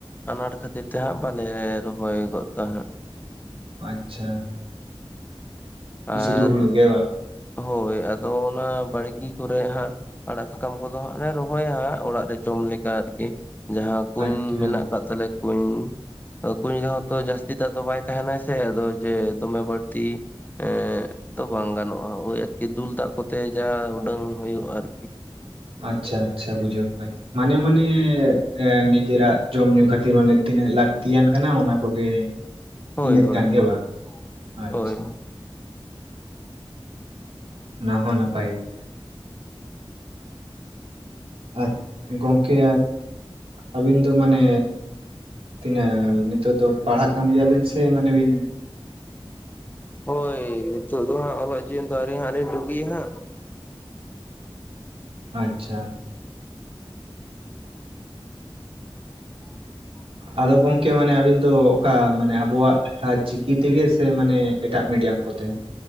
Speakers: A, on the left; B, on the right.
A: ᱟᱱᱟᱴ ᱠᱷᱟᱹᱛᱤᱨ ᱛᱮ ᱦᱟᱸᱜ ᱵᱟᱞᱮ ᱨᱚᱦᱚᱭ ᱜᱚᱫ ᱫᱟ ᱦᱟᱸᱜ᱾
B: ᱟᱪᱪᱷᱟ
A: ᱟᱨ
B: ᱥᱩᱫᱷᱩ ᱦᱩᱲᱩ ᱜᱮ ᱵᱟᱝ
A: ᱦᱳᱭ ᱟᱫᱚ ᱚᱱᱟ ᱵᱟᱲᱜᱤ ᱠᱚᱨᱮ ᱦᱟᱸᱜ ᱟᱲᱟᱜ ᱥᱟᱠᱟᱢ ᱠᱚᱫᱚ ᱦᱟᱸᱜ ᱞᱮ ᱨᱚᱦᱚᱭᱟ ᱦᱟᱸᱜ ᱚᱲᱟᱜ ᱨᱮ ᱡᱚᱢ ᱞᱮᱠᱟ ᱟᱨᱠᱤ᱾ ᱡᱟᱦᱟᱸ ᱠᱩᱧ
B: ᱟᱪᱪᱷᱟ
A: ᱢᱮᱱᱟᱜ ᱟᱠᱟᱫ ᱛᱟᱞᱮ ᱠᱩᱧ ᱟᱫᱚ ᱠᱩᱧ ᱨᱮᱦᱚᱸ ᱛᱚ ᱡᱟᱹᱥᱛᱤ ᱫᱟᱜ ᱫᱚ ᱵᱟᱭ ᱛᱟᱦᱮᱱᱟ ᱥᱮ ᱟᱫᱚ ᱡᱮ ᱫᱚᱢᱮ ᱵᱟᱹᱲᱛᱤ ᱮᱸ ᱛᱚ ᱵᱟᱝ ᱜᱟᱱᱚᱜ-ᱟ ᱳᱭ ᱟᱨᱠᱤ ᱫᱩᱞ ᱫᱟᱜ ᱠᱚᱛᱮ ᱡᱟ ᱩᱰᱟᱹᱝ ᱦᱩᱭᱩᱜ-ᱟ ᱟᱨᱠᱤ᱾
B: ᱟᱪᱪᱷᱟ, ᱟᱪᱪᱷᱟ, ᱵᱩᱡᱷᱟᱹᱣ ᱠᱮᱫᱟᱞᱤᱧ᱾ ᱢᱟᱱᱮ ᱢᱟᱱᱮ ᱮᱸ ᱱᱤᱡᱮᱨᱟᱜ ᱡᱚᱢ ᱧᱩ ᱠᱷᱟᱹᱛᱤᱨ ᱢᱟᱱᱮ ᱛᱤᱱᱟᱹᱜ ᱞᱟᱹᱠᱛᱤᱭᱟᱱ ᱠᱟᱱᱟ ᱚᱱᱟ ᱠᱚᱜᱮ,
A: ᱦᱳᱭ
B: ᱤᱱᱟᱹᱜ
A: ᱦᱳᱭ
B: ᱜᱟᱱ ᱜᱮ
A: ᱦᱳᱭ
B: ᱵᱟᱝ, ᱟᱪᱪᱷᱟ,
A: ᱦᱳᱭ
B: ᱚᱱᱟ ᱦᱚᱸ ᱱᱟᱯᱟᱭ ᱜᱮ᱾ ᱟᱡ ᱜᱚᱝᱠᱮ ᱟᱹᱵᱤᱱ ᱫᱚ ᱢᱟᱱᱮ, ᱛᱤᱱᱟᱹᱜ ᱱᱤᱛᱚᱜ ᱫᱚ ᱯᱟᱲᱦᱟᱜ ᱠᱟᱱ ᱜᱮᱭᱟᱵᱤᱱ ᱥᱮ ᱢᱟᱱᱮ ᱵᱤᱱ
A: ᱦᱳᱭ ᱱᱤᱛᱳ ᱫᱚ ᱦᱟᱸᱜ ᱚᱞᱚᱜ ᱡᱤᱭᱚᱱ ᱫᱚ ᱟᱹᱣᱨᱤ ᱦᱟᱸᱜ ᱞᱤᱧ ᱰᱩᱜᱤᱭᱟ ᱦᱟᱸᱜ,
B: ᱟᱪᱪᱷᱟ, ᱟᱫᱚ ᱜᱚᱝᱠᱮ ᱢᱟᱱᱮ ᱟᱹᱵᱤᱱ ᱫᱚ ᱚᱠᱟ ᱢᱟᱱᱮ ᱟᱵᱚᱣᱟᱜ ᱪᱤᱠᱤ ᱛᱮᱜᱮ ᱥᱮ ᱢᱟᱱᱮ ᱮᱴᱟᱜ ᱢᱤᱰᱤᱭᱟᱢ ᱠᱚᱛᱮ?